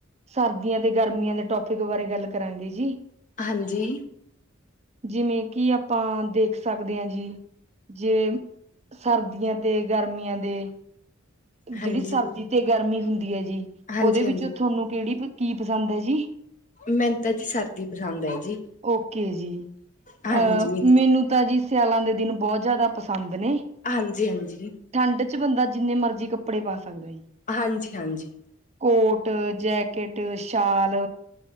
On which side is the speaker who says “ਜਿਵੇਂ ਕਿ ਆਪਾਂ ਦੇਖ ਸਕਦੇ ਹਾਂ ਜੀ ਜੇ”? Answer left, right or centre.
Right